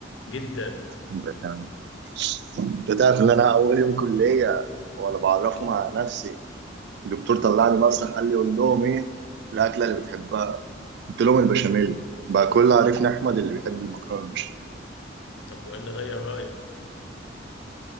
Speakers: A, on the left (about 75°); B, on the right (about 60°).
A: جدا
B: البشاميل انت تعرف ان انا اول يوم كليه وانا بعرف مع نفسي الدكتور طلعني مسرح قال لي قول لهم ايه الاكله اللي بتحبها قلت لهم البشاميل بقى كل عرفنا احمد اللي بيحب المكرونه بالبشاميل
A: طب وايه اللي غير رايك